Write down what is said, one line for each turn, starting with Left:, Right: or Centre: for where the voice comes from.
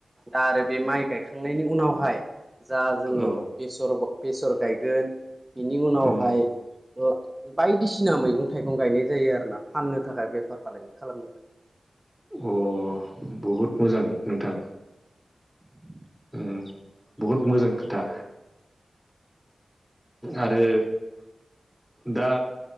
Right: दा आरो बे माइ गायखांनायनि उनावहाय जा जोङो।
Centre: औ
Right: बेसर बेसर गायगोन। बिनि उनावहाय
Centre: अ
Right: ओ बायदिसिना मैगं थाइगं गायनाय जायो आरो ना फाननो थाखाय बेफार फालांगि खालामनो।
Centre: अ बहुद मोजां नोंथां।
Right: <inaudible>
Centre: उम बहुद मोजां खोथा आरो दा